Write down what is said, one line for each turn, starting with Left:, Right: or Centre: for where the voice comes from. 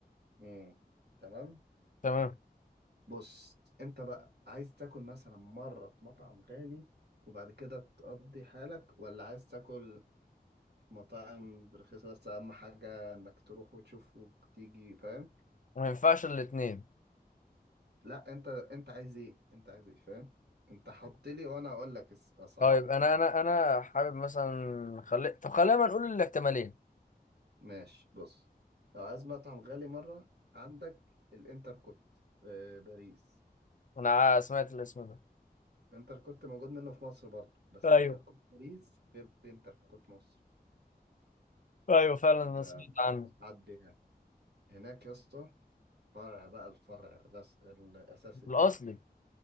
Right: امم تمام
Left: تمام
Right: بص أنت بقى عايز تاكل مثلا مرة في مطعم غالي وبعد كده تقضي حالك ولا عايز تاكل في مطاعم رخيصة بس أهم حاجة إنك تروح وتشوف وتيجي فاهم
Left: ما ينفعش الاثنين
Right: لا أنت أنت عايز إيه أنت عايز إيه فاهم أنت حط لي وأنا أقول لك الأسعار
Left: طيب انا انا انا حابب مثلا خلي طب خلينا نقول الاحتمالين
Right: ماشي بص لو عايز مطعم غالي مرة عندك الانتر كوت في باريس
Left: انا ع- سمعت الاسم ده
Right: انتر كوت موجود منه في مصر برضه بس
Left: ايوه
Right: انتر كوت باريس غير انتر كوت مصر
Left: ايوه فعلا انا
Right: ده
Left: سمعت عنه
Right: مش حد يعني هناك يا اسطى فرع بقى الفرع الرس... الأساسي
Left: الاصلي
Right: بتاعهم